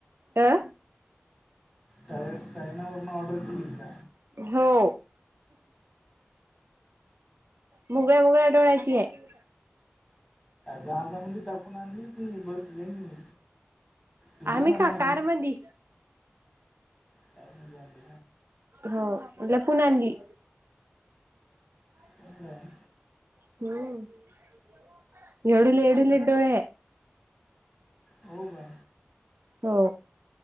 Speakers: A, on the right (about 70°); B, in the centre.
A: अ.
B: च चैनावरर्ण ऑर्डर इट.
A: हो. मुगळ्या मुगळ्या डोळ्याची आहे.
B: जहाजामध्ये टाकून आणली की बस येईन. विमानना
A: आम्ही का कार मधी
B: कारण म्हणज.
A: हो म्ह पुनली. जम.
B: चांगलं आहे
A: हम् एवढल एढ लिडोळे.
B: हो का
A: हो.